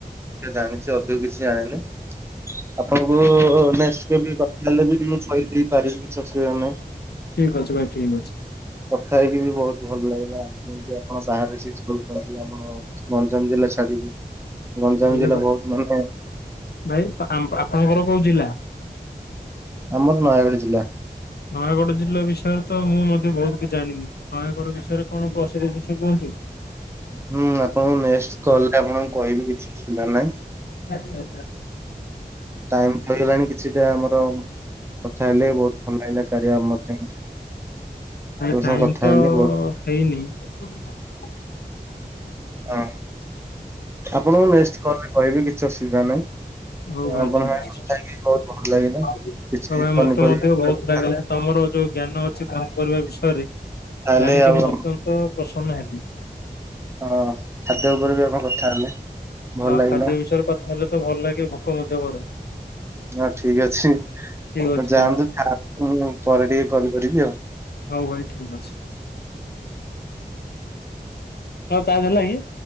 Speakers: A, on the right (about 15°); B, on the left (about 80°).
A: ଜାଣିଛି ଅଧିକ କିଛି ଜାଣିନି ଆପଣଙ୍କୁ ହେଲେ ବି ମୁଁ କହିଦେଇ ପାରିବି କିଛି ଅସୁବିଧା ନାହିଁ।
B: ଠିକ ଅଛି ଭାଇ ଠିକ୍ ଅଛି।
A: କଥା ହେଇକି ବି ବହୁତ ଭଲ ଲାଗିଲା ଯେମିତି ଆପଣ ବା <unintelligible> ଗଞ୍ଜାମ ଜିଲ୍ଲା ଛାଡିକି ଗଞ୍ଜାମ
B: ହେଲେ
A: ଜିଲ୍ଲା
B: ବା
A: ବହୁତ ଭୟଙ୍କର।
B: ଭାଇ ଆପଣଙ୍କର କୋଉ ଜିଲ୍ଲା?
A: ଆମର ନୟାଗଡ଼ ଜିଲ୍ଲା।
B: ନୟାଗଡ଼ ଜିଲ୍ଲା ବିଷୟରେ ତ ମୁଁ ମଧ୍ୟ ବହୁତ କିଛି ଜାଣିନି? ନୟାଗଡ଼ ବିଷୟରେ କଣ ପ୍ରସିଦ୍ଧ କିଛି କୁହନ୍ତୁ?
A: ହୁଁ ଆପଣଙ୍କୁ ନେଷ୍ଟ କଲ ରେ ଆପଣଙ୍କୁ କହିବି କିଛି ଅସୁବିଧା ନାହିଁ।
B: ଆଚ୍ଛା ଆଚ୍ଛା।
A: ଟାଇମତ ହେଇଗଲାଣି କିଛିଟା ଆମର କଥା ହେଲେ ବହୁତ ଭଲ ଲାଗିଲା କାରିଆ ମାଧ୍ୟମରେ। ଆପଣଙ୍କ
B: ଭାଇ ଟାଇମ
A: ସାଙ୍ଗେ କଥା
B: ତ
A: ହେଲି ବହୁତ
B: ହେଇନି? ଅହ।
A: ହଁ ଆପଣଙ୍କୁ ନେଷ୍ଟ କଲରେ କହିବି କିଛି ଅସୁବିଧା ନାହିଁ।
B: ହଉ ଭାଇ
A: ଆପଣଙ୍କ
B: ଠିକ
A: ସାଙ୍ଗେ
B: ଅଛି
A: କଥା ହେଇକି ବହୁତ ଭଲ ଲାଗିଲା।
B: ହଉ
A: କିଛି
B: ଭାଇ
A: ପନିପରିବା
B: ମତେ ମଧ୍ୟ ବହୁତ
A: କଥା
B: ଭଲଲାଗିଲା ତମର ଯୋଉ ଜ୍ଞାନ ଅଛି <unintelligible> କଣ କରିବା ବିଷୟରେ
A: ହେଲେ
B: ଜାଣିକି
A: ଆଉ
B: ମୁଁ
A: ଆମ
B: ଅତ୍ୟନ୍ତ ପ୍ରସନ୍ନ ହେଲି।
A: ହଁ ଖାଦ୍ୟ ଉପରେ ବି ଆପଣ କଥା ହେଲେ। ଭଲ
B: ହଁ
A: ଲାଗିଲା।
B: ଖାଦ୍ୟ ବିଷୟରେ କଥା ହେଲେ ତ ଭଲ ଲାଗେ। ଭୋକ ମଧ୍ୟ କରେ
A: ହଁ ଠିକ ଅଛି
B: ଠିକ ଅଛି
A: ଯାଆନ୍ତୁ
B: ଭାଇ
A: ଖାଆନ୍ତୁ। ହୁଁ ପରେ ଟିକେ କଲ୍ କରିବି ଆଉ।
B: ହଉ ଭାଇ ଠିକ୍ ଅଛି, ହଉ ଚାର୍ଜ ହେଲା କି?